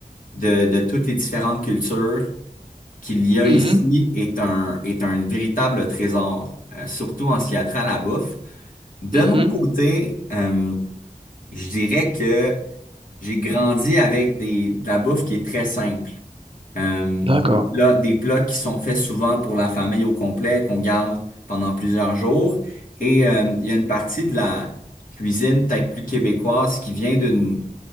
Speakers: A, on the left (about 65°); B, on the right (about 35°).
A: de, de toutes les différentes cultures qu'il y a
B: mhm,
A: ici est un, est un véritable trésor, euh, surtout en ce qui a trait à la bouffe. De
B: mhm.
A: mon côté, euh, je dirais que j'ai grandi avec des, de la bouffe qui est très simple. Euh,
B: D'accord,
A: des plats, des plats qui sont faits souvent pour la famille au complet, qu'on garde pendant plusieurs jours. Et euh, il y a une partie de la cuisine peut-être plus québécoise qui vient d'une